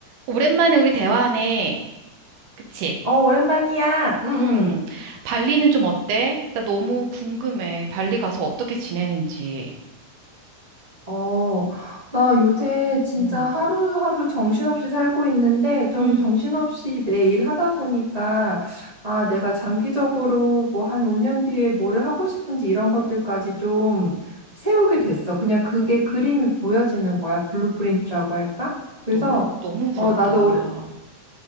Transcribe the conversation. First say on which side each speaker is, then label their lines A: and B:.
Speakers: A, on the right; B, on the right.
A: 오랜만에 우리 대화하네. 그치?
B: 어, 오랜만이야. 응, 응.
A: 음, 발리는 좀 어때? 나 너무 궁금해. 발리 가서 어떻게 지내는지.
B: 어, 나 요새 진짜
A: 음,
B: 하루하루 정신없이 살고 있는데, 좀
A: 음,
B: 정신없이 내일 하다 보니까, 아, 내가 장기적으로 뭐 한 5년 뒤에 뭐를 하고 싶은지 이런 것들까지 좀 세우게 됐어. 그냥 그게 그림이 보여지는 거야. 블루프린트라고 할까? 그래서,
A: 너무, 너무 부럽다.
B: 어, 나도 오래,